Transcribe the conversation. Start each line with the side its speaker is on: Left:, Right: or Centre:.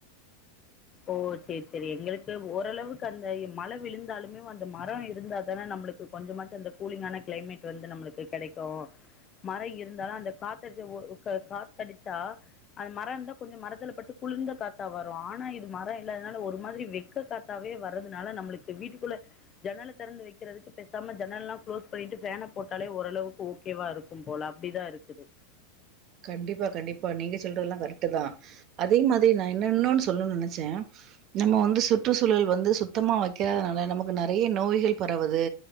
Left: ஓ செரி செரி எங்களுக்கு ஓரளவுக்கு அந்த மழை விழுந்தாலுமே அந்த மரோ இருந்தா தானே நம்மளுக்கு கொஞ்சமாச்சு அந்த கூலிங்கான கிளைமேட் வந்து நம்ளுக்கு கெடைக்கு மரோ இருந்தாலு அந்த காத்தடிச்ச ஒ க காத்தடிச்சா அது மரம் இருந்தா கொஞ்சோ மரத்துல பட்டு குளிர்ந்த காத்தா வரு ஆனா இது மரோ இல்லாதனால ஒரு மாதிரி வெக்க காத்தாவே வர்றதுனால நம்மளுக்கு வீட்டுக்குள்ள ஜன்னல திறந்து வைக்கிறதுக்கு பேசாம ஜன்னல்லல்லா குளோஸ் பண்ணிட்டு ஃபேன போட்டாலே ஓரளவு ஓகேவா இருக்கு க்கும் போல அப்டிதா இருக்குது
Right: கண்டிப்பா கண்டிப்பா நீங்க சொல்றதெல்லா கரெக்ட்தா அதே மாதிரி நா என்ன இன்னோன்னு சொல்லனுனு நெனைச்சே நம்ம வந்து சுற்றுச்சூழல் வந்து சுத்தமா வைக்காததுனால நமக்கு நிறைய நோய்கள் பரவுது